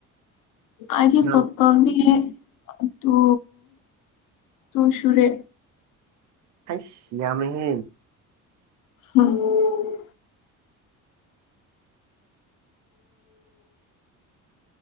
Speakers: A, on the left; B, on the right.
A: ꯑꯩꯒꯤ
B: ꯅꯪ
A: ꯇꯣꯇꯜꯗꯤ ꯇꯨ ꯇꯨ ꯁꯨꯨꯔꯦ
B: ꯍꯥꯏꯁ ꯌꯥꯝꯃꯦꯍꯦ
A: ꯎꯝ